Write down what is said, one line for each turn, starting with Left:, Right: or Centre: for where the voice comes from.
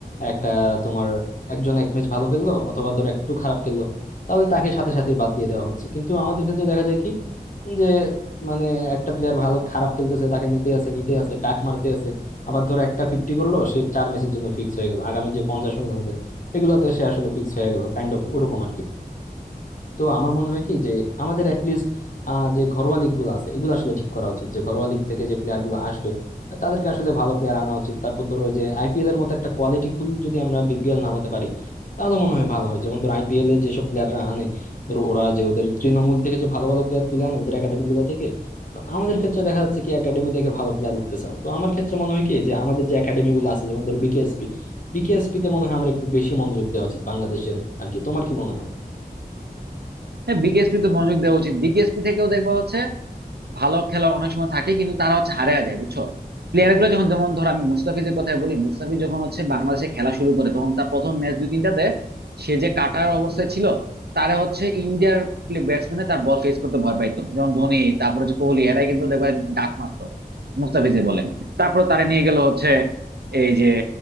Left: একটা তোমার একজন এক ম্যাচ ভালো খেললো অথবা ধর একটু খারাপ খেললো তাহলে তাকে সাথে সাথে বাদ দিয়ে দেওয়া হচ্ছে কিন্তু আমাদের ক্ষেত্রে দেখা যায় কি যে মানে একটা প্লেয়ার ভালো খারাপ খেলতেছে তাকে নিতে আছে নিতে আছে ডাক মারতে আছে আবার ধর একটা ফিফটি করলো সে চার ম্যাচের জন্য ফিক্স হয়ে গেল আগামী যে পঞ্চাশ ম্যাচ আছে এগুলোতে সে আসলে ফিক্স হয়ে গেল কাইন্ড অফ ওরকম আর কি তো আমার মনে হয় কি যে আমাদের অ্যাটলিস্ট যে ঘরোয়া লিগ গুলো আছে এগুলো আসলে ঠিক করা উচিত যে ঘরোয়া লিগ থেকে যে প্লেয়ার গুলো আসবে আহ, তাদেরকে আসলে ভালো প্লেয়ার আনা উচিত তারপর ধরো ওই যে আইপিএল এর মতো একটা কোয়ালিটি ফুল যদি আমরা বিপিএল নামাতে পারি তাহলে মনে হয় ভালো হয় যেমন ধরো আইপিএল এ যেসব প্লেয়াররা আনে ধরো ওরা যে ওদের তৃণমূল থেকে যে ভালো ভালো প্লেয়ার তুলে আনে ওদের একাডেমি গুলো থেকে তো আমাদের ক্ষেত্রে দেখা যাচ্ছে কি একাডেমি থেকে ভালো প্লেয়ার উঠতেছে না তো আমার ক্ষেত্রে মনে হয় কি যে আমাদের যে একাডেমি গুলো আছে যেমন ধরো বিকেএসপি বিকেএসপি তে মনে হয় আমার একটু বেশি মনোযোগ দেওয়া উচিত বাংলাদেশের আর কি তোমার কি মনে হয়
Right: হ্যাঁ বিকেএসপি তে মনোযোগ দেওয়া উচিত বিকেএসপি থেকেও দেখবা হচ্ছে ভালো খেলা অনেক সময় থাকে কিন্তু তারা হচ্ছে হারিয়ে যায় বুঝছো প্লেয়ার গুলো যখন যেমন ধর আমি মুস্তাফিজের কথাই বলি মুস্তাফিজ যখন হচ্ছে বাংলাদেশে খেলা শুরু করে তখন তার প্রথম ম্যাচ দুই তিনটাতে সে যে কাটার অবস্থায় ছিল তারা হচ্ছে ইন্ডিয়ার ব্যাটসম্যানে তার বল ফেস করতে ভয় পাইতো যেমন ধোনি তারপর হচ্ছে কোহলি এরাই কিন্তু দেখবে ডাক মারতো মুস্তাফিজে বলে তারপর তারা নিয়ে গেল হচ্ছে এই যে